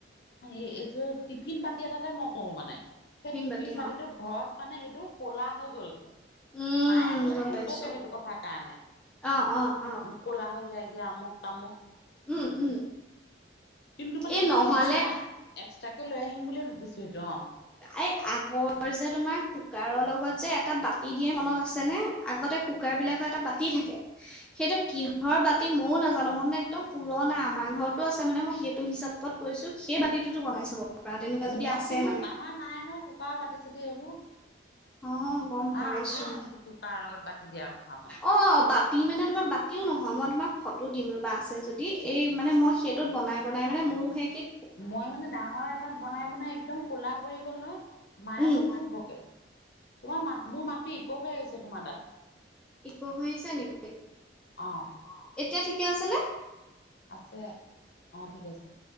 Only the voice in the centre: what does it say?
বাতি
অ
উম
গম
পাইছো
অ' অ' অ'
উম, উম।
এই নহলে
এই আগৰ যে তোমাৰ কুকাৰৰ লগত যে এটা বাতি দিয়ে মনত আছে নে? আগতে কুকাৰ বিলাকত এটা বাতি থাকে। সেইটো কিহৰ বাতি মইও নাজানোঁ। মই মানে একদম পুৰনা আমাৰ ঘৰতো আছে, মানে মই সেইটো হিচাপত কৈছোঁ। সেই বাতিটোত বনাই চাব পাৰা তেনেকুৱা যদি
আছে
মানে
অ' গ'ম
পাইছো
অ' বাতি মানে তোমাৰ বাতিও নহয়। মই তোমাক ফটো দিম ৰ'বা আছে যদি এই মানে মই সেই টোত বনাই বনাই মানে মোৰো সেই একেই
উম
ইকো হৈ আহিছে নেকি?
অ' এতিয়া ঠিকে আছেনে?